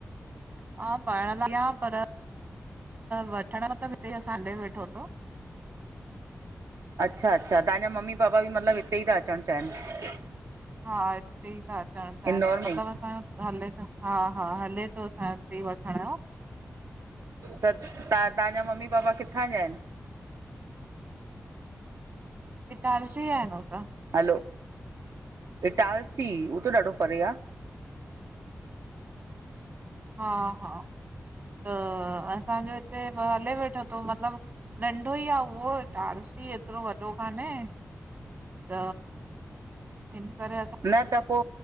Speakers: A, on the right; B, on the right.
A: हा पढ़ण लाइ पर वठण मतिलबु हिते ई सांडे वेठो तो।
B: अच्छा अच्छा तहां जा मम्मी पापा बि मतिलबु हिते ई ता अचणु चाहिनि।
A: हा हिते ई ता अचणु चाइनि
B: इंदौर
A: मतलबु
B: में ई?
A: असां यो। हले तो, हा हा हले तो असांयो ईते वठणयो।
B: त त तहां जा मम्मी पापा किथां जा आहिनि?
A: इटारसी ॼा आहिन हो त।
B: हलो, इटालसी हो त ॾाढो परे आ।
A: हा हा त असां जो हिते हले वेठो थो मतिलबु नंढो ई आ उहो इटारसी एतिरो वॾो कान्हे। त हिन करे असां
B: न त पो